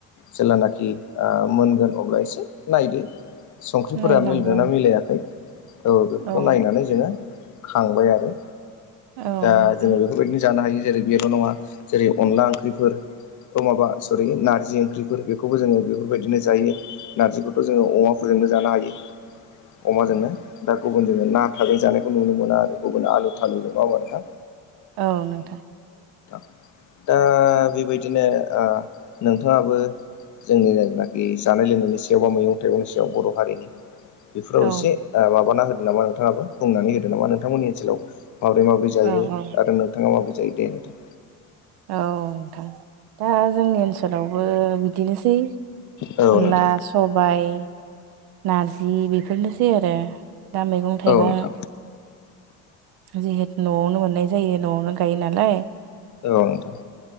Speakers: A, on the left; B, on the right.
A: जेलानाखि ओ मोनगोन अब्ला एसे नायदो। संख्रिफोरा
B: नायनांगौ
A: मिलायदोंना मिलायाखै औ
B: आरो
A: बेफोरखौ
B: औ
A: नायनानै जोङो। खांबाय आरो
B: औ
A: दा
B: नोंथां
A: जोङो बेफोरबायदिनो जानो हायो। जेरै बेल' नङा जेरै अनला ओंख्रिफोर अ' माबा सरि नारजि ओंख्रिफोर बेखौबो जोङो बेफोर बायदिनो जायो। नारजिखौथ' जोङो अमाफोरजोंनो जानो हायो। अमाजोंनो दा गुबुनजोंनो ना थाजों जानायखौ नुनो मोना। आरो गुबुन आलु थालुजों माव आरो दा
B: औ नोंथां।
A: दा बेबायदिनो ओ नोंथाङाबो जोंनि <unintelligible> खि जानाय लोंनायनि सायाव बा मैगं थाइगंनि सायाव बर' हारिनि बेफोराव
B: औ
A: एसे माबाना हो नामा नोंथाङाबो बुंनानै होदो नामा? नोंथांमोननि ओनसोलाव माबोरै माबोरै जायो
B: औ औ
A: आरो नोंथाङा माबोरै जायो दे नोंथां।
B: औ नोंथां दा जोंनि ओनसोलाव बो बिदिनोसै
A: औ
B: अनला
A: नोंथां
B: सबाय नारजि बेफोरनोसै आरो दा मैगं थाइगं
A: औ नोंथां
B: जिहेथ न'आवनो मोननाय जायो न'आवनो गायो नालाय।
A: औ नोंथां।